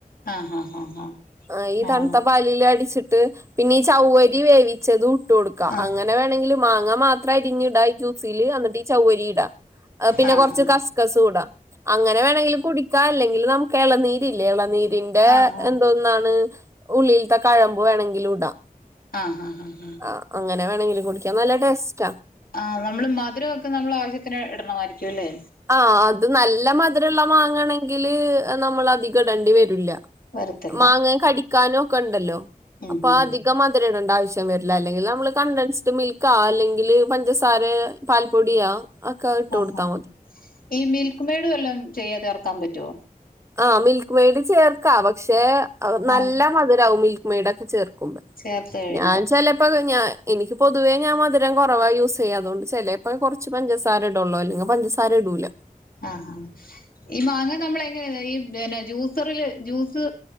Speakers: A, on the left; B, on the right.
A: ആഹ് ആഹ് ആഹ്
B: ആ ഈ
A: ആഹ്
B: തണുത്ത പാലില് അടിച്ച് ത്ത് പിന്നെ ഈ ചൗവരി വേവി- ച്ചതും ഇട്ട് കൊടുക്ക.
A: ആഹ്
B: അങ്ങനെ വേണങ്കിൽ മാങ്ങ മാത്ര അരിഞ്ഞിടാ ഈ ജ്യൂസില് എന്നിട്ട് ഈ ചൗവരി ഇടാ പിന്നെ
A: ആഹ്
B: കുറച്ചു കസ്ക്കസും ഇടാ അങ്ങനെ വേണേങ്കിലും കുടിക്ക അല്ലെങ്കിൽ നമുക്ക് എളനീരില്ലേ എളളനീർ ന്റെ
A: ആഹ് ആഹ് ആഹ് ആഹ്
B: എന്തോന്നാണ് ഉള്ളിൽത്തെ കഴമ്പ് വേണെങ്കിലും താ
A: ആഹ് ആഹ് ആഹ്
B: ആ അങ്ങനെ വേണെങ്കിലും കുടിക്കാം. നല്ല ടേസ്റ്റ്
A: ആ നമ്മള് മധുരമൊക്കെ നമ്മളെ ആവശ്യത്തിന് ഇടണമായിരിക്കും അല്ലേ
B: ആ അത് നല്ല മധു മധുരള്ള മാങ്ങാണെങ്കിൽ നമ്മള് അധികം ഇടേണ്ടി വരൂല
A: വരത്തില്ല
B: മാങ്ങ കടിക്കാനും പ്പണ്ടെല്ലൊ
A: ഉം
B: അപ്പാ
A: ഉം
B: അധികം മധ്‌രടണ്ടാവ്ശ് <unintelligible> ല്ലാ അല്ലെങ്കില് നമ്മള് കണ്ടൻസ് ട് മിൽകോ അല്ലെങ്കില് പഞ്ചസാരെ പാൽപൊടിയോ അ ഒക്കെ അഹ് ഇട്ടൊട്ത്ത
A: ആഹ് ആഹ്
B: മതി.
A: ഈ മിൽക് മെയ്ട് വെല്ലോം ചെയ്യ ചേർക്കാൻ പറ്റൊ?
B: ആ മിൽക്ക് മെയ്ഡ് ചേർക്കാ പക്ഷേ അപ്പം നല്ല
A: ആഹ്
B: മധുരാവും മിൽ ക്മെയ്ഡക്കെ ചേർ ക്കുമ്പെ.
A: ചേർത്ത് കഴിയുമ്പോ
B: ഞാൻ ചെലേപ്പൊക്കെ ഞാൻ ഇനിക്ക് പൊതുവെ ഞാൻ മധുരം കൊർ വാ യൂസെയ്യാ അതോണ്ട് ചെലേപ്പം കൊറച്ച് പഞ്ചസാര ഇടൊള്ളൂ. അല്ലെ ങ് പഞ്ചസാര ഇടൂല
A: ആഹാ ഈ മാങ്ങ നമ്മള് എങ്ങനെ കയ്യും വേനെ ജൂസറില് ജൂസ്